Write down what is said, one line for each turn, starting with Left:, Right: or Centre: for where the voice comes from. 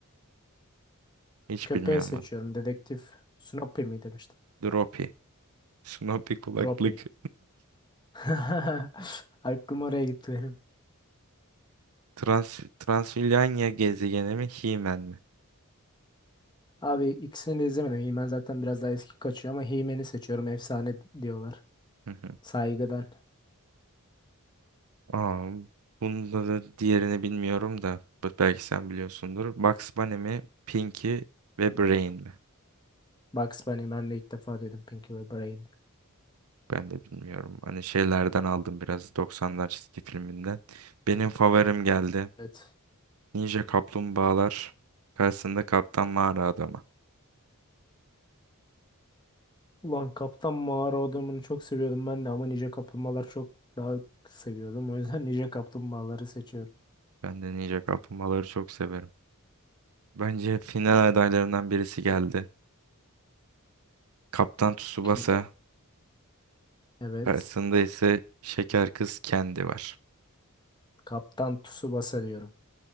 Right: Hiç
Left: Köpeği
Right: bilmiyorum
Left: seçiyorum.
Right: ben.
Left: Dedektif Snoopy mi demiştim.
Right: Dropi. Snoopy kulaklık.
Left: Droppy. <laughs> Aklım oraya gitti benim.
Right: <laughs> Trans Transilvanya gezegeni mi? He-Man mi?
Left: Abi ikisini de izlemedim. He-Man zaten biraz daha eski kaçıyor ama He-Man'i seçiyorum. Efsane diyorlar.
Right: Hı hı.
Left: Saygıdan.
Right: Aa, bunda da diğerini bilmiyorum da b- belki sen biliyorsundur. Bugs Bunny mi? Pinky ve Brain mi?
Left: Bugs Bunny ben de ilk defa duydum Pinky ve Brain.
Right: Ben de bilmiyorum. Hani şeylerden aldım biraz 90'lar çizgi filminden. Benim favorim geldi.
Left: Evet.
Right: Ninja Kaplumbağalar. Karşısında Kaptan Mağara Adamı.
Left: Ulan Kaptan Mağara adamını çok seviyordum ben de ama Ninja Kaplumbağalar çok daha seviyordum. O yüzden <laughs> Ninja Kaplumbağaları seçiyorum.
Right: Ben de Ninja Kaplumbağaları çok severim. Bence final adaylarından birisi geldi. Kaptan Tsubasa
Left: Ki evet.
Right: karşısında ise Şeker Kız Kendi var.
Left: Kaptan Tsubasa diyorum.